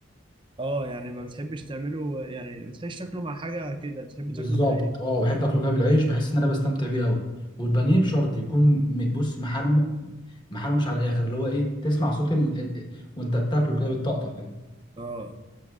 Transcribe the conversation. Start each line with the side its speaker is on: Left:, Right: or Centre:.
Right: اه يعني ما بتحبش تعمله يعني ما بتحبش تاكله مع حاجة كده بتحب
Left: بالظبط
Right: تاكله بالعيش
Left: اه بحب اكله كده بالعيش بحس ان انا بستمتع بيه قوي والبانيه بشرط يكون م- بص محرم محرمش على الاخر اللي هو ايه تسمع صوت ال... ال- وانت بتاكله كده بالطقطقه كده
Right: اه